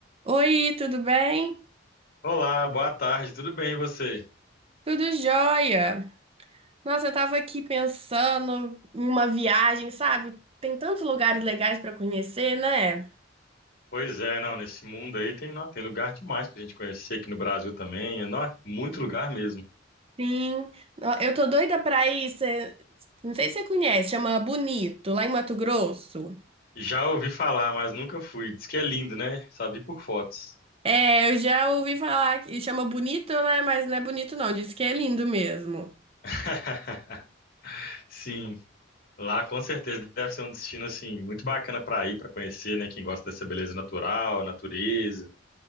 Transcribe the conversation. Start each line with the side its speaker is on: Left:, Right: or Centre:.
Right: Oi, tudo bem?
Left: Olá, boa tarde, tudo bem e você?
Right: Tudo jóia. Nossa, eu tava aqui pensando em uma viagem, sabe? Tem tantos lugares legais pra conhecer, né?
Left: Pois é, não, nesse mundo aí tem, nó, tem lugar demais pra gente conhecer aqui no Brasil também, é, nó, muito lugar mesmo.
Right: Sim. Ó, Eu tô doida pra ir. cê- Não sei se você conhece, chama Bonito, lá em Mato Grosso.
Left: Já ouvi falar, mas nunca fui. Diz que é lindo, né? Só vi por fotos.
Right: É, eu já ouvi falar que chama Bonito, né? Mas não é bonito, não. Diz que é lindo mesmo.
Left: <laughs> Sim, lá com certeza deve ser um destino assim muito bacana pra ir, pra conhecer, né, quem gosta dessa beleza natural, natureza.